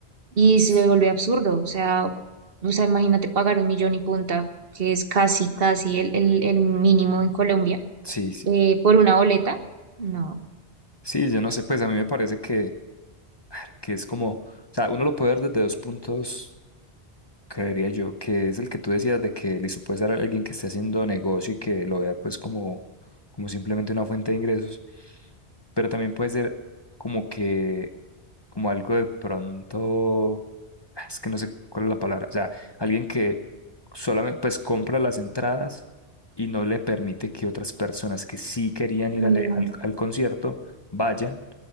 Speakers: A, on the right; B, on the left.
A: Y
B: s-
A: se vuelve absurdo, o sea, o sea, imagínate pagar un millón y punta, que es casi, casi el, el, el mínimo en Colombia,
B: sí, sí.
A: eh, por una boleta. No.
B: Sí, yo no sé, pues a mí me parece que, ah, que es como, o sea, uno lo puede ver desde dos puntos creería yo, que es el que tú decías de que listo, puede ser alguien que esté haciendo negocio y que lo vea pues como, como simplemente una fuente de ingresos, pero también puede ser como que, como algo de pronto, ah, es que no sé cuál es la palabra, o sea, alguien que solamente pues compra las entradas y no le permite que otras personas que sí querían ir
A: También.
B: al, al al concierto vayan